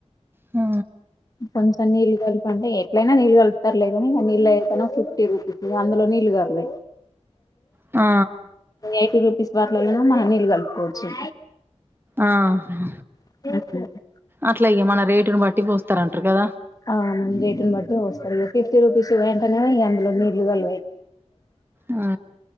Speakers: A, on the right; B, on the left.
A: ఆ
B: కొంచం నీళ్ళ గలిపంటె ఎట్లైనా నీళ్ళ కలుపుతరులేగనిగ నీళ్లైతనో ఫిఫ్టీ రూపీ ఇగ అందులో నీళ్లు గల్వయ్
A: ఆ
B: ఎయిటీ రూపీస్ వాట్లల్లనేమో మనం నీళ్ళు గలుపుకోవచ్చు
A: ఆ హ్
B: <unintelligible>
A: అట్ల ఇగ మన రేటుని బట్టి పోస్తరంట్రు గద
B: ఆ మన రేటుని బట్టి పోస్తరిగ ఫిఫ్టీ రూపీస్యి అయితేనేమో ఇగందులో నీళ్లుగల్వయ్
A: ఆ